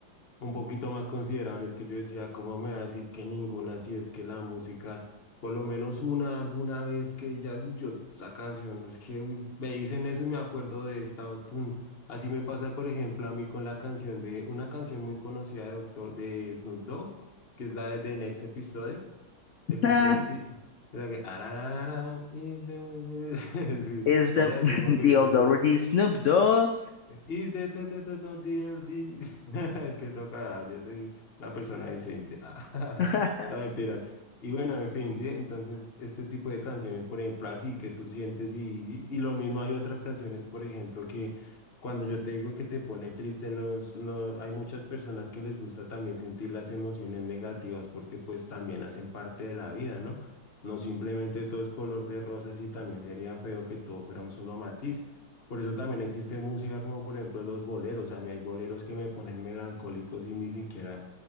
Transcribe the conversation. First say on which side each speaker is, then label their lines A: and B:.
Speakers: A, on the left; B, on the left.
A: un poquito más considerables que yo decía, ¿cómo me va a decir que ninguna? Si es que la música, por lo menos una alguna vez que ya yo esa canción, es que uy, me dicen eso y me acuerdo de esta. o tun. Así me pasa, por ejemplo, a mí con la canción de una canción muy conocida de, Doctor, de Snoop Dogg, que es la de The Next Episode. Episode,
B: Ah,
A: sí. O sea que, arararara, y- <laughs> sí,
B: es
A: no
B: the,
A: voy a decir
B: <laughs>
A: porque
B: the
A: suena
B: old Dougherty
A: grosero.
B: Snoop Dogg.
A: Is the ta- ta- ta- ta- dear this- <laughs> Es que toca, yo soy una persona decente. <laughs> Ah,
B: <laughs>
A: No, mentiras. Y bueno, en fin, sí, entonces este tipo de canciones, por ejemplo, así que tú sientes y, y, y lo mismo hay otras canciones, por ejemplo, que cuando yo te digo que te pone triste, no, es- no, hay muchas personas que les gusta también sentir las emociones negativas porque pues también hacen parte de la vida, ¿no? No simplemente todo es color de rosas y también sería feo que todo fuera un solo matiz. Por eso también existe música como por ejemplo los boleros. A mí hay boleros que me ponen melancólico sin ni siquiera